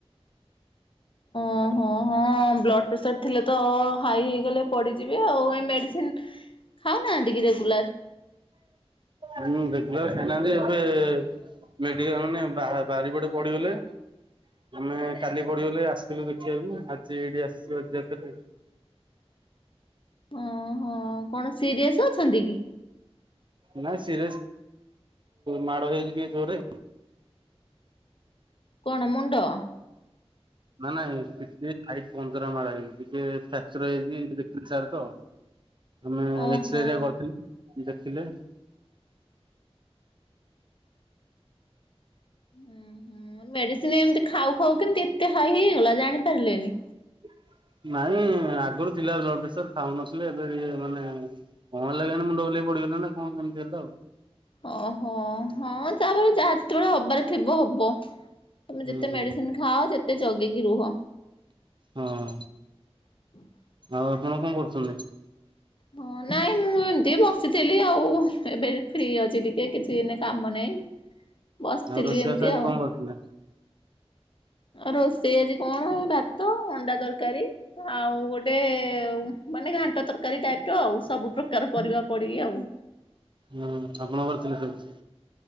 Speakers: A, on the right; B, on the left.
A: ହୁଁ
B: ଓହୋ ହଁ ବ୍ଲଡ ପ୍ରେସର ଥିଲେ ତ ହାଇ ହେଇଗଲେ ପଡିଯିବେ ଆଉ ଏ ମେଡିସିନ। ଖାଉ ନାହାନ୍ତି କି ରେଗୁଲାର?
A: ହୁଁ ରେଗୁଲାର ଖାଇ ନାହାନ୍ତି ଏବେ। ମେଡିକାଲ ମାନେ ବା-ବାରିପଟେ ପଡିଗଲେ। ଆମେ କାଲି ପଡିଗଲେ ଆସିଥିଲୁ ଦେଖିବାକୁ ଆଜି ଏଇଠି ଆସିଛୁ ଆଜି ଆଉଥରେ। <inaudible>
B: ଓହୋ କଣ ସିରିଅସ୍ ଅଛନ୍ତି କି?
A: ନାଇ ସିରିସ ମାଡହେଇଜାଇଛି ଯୋରେ।
B: କଣ ମୁଣ୍ଡ?
A: ନା ନାଇଁ ପିଠି ଆଇ ପଞ୍ଜରା ମାଡ ହେଇଛି ଟିକେ ଫ୍ରାକ୍ଚର ହେଇାଇଛି ତି ସାରେ ତ ଆମେ
B: ଓହୋ।
A: ଏକ୍ସରେ ହେକା କରିଥିଲୁ। ଦେଖିଲେ
B: ହୁଁ ହୁଁ ମେଡିସିନ ଏମିତି ଖାଉ ଖାଉ କେମିତି ଏତେ ହାଇ ହେଇଗଲା ଜାଣି ପାରିଲେନି?
A: <inaudible> ନାଇଁ ଆଗରୁ ଥିଲା ବ୍ଲଡ଼ ପ୍ରେସର ଖାଉନଥିଲେ ଏବେ ଟେ ମାନେ କଣ ହେ ଲାଗି ମୁଣ୍ଡ ବୁଲେଇ ପଡ ନା କଣ କେମିତି ହେଲେ ଆଉ
B: ଓହୋ ହଁ ତାପରେ ଯାହା ଯେତେବେଳେ ହବାରେ ଥିବ ହବ ତମେ
A: ହୁଁ
B: ଯେତେ
A: ହୁଁ
B: ମେଡିସିନ
A: ହୁଁ।
B: ଖାଅ ଯେତେ ଜଗିକି କି ରୁହ।
A: ହଁ।
B: <unintelligible>
A: ଆଉ ଆପଣ କଣ କରୁଚନ୍ତି?
B: ହଁ ନାଇଁ ମୁଁ ଏମତି ବସିଥିଲି ଆଉ ଏବେ ଫ୍ରି ଅଛି ଟିକେ କିଛି ଏନେ କାମ ନାହିଁ ବସିଥିଲି
A: ଆଉ ରୋଷେଇବାସ
B: ଏମିତି
A: ଆଜି
B: ଆଉ।
A: କଣ କରିଥିଲେ?
B: ରୋଷେଇ ଆଜି କଣ ଭାତ ଅଣ୍ଡା ତରକାରୀ ଆଉ ଗୋଟେ ମାନେ ଘାଣ୍ଟ ତରକାରୀ ଟାଇପି ର ଆଉ ସବୁ ପ୍ରକାର ପରିବା ପଡିକି ଆଉ।
A: ହୁଁ ଆପଣ କରିଥିଲେ ସବୁ?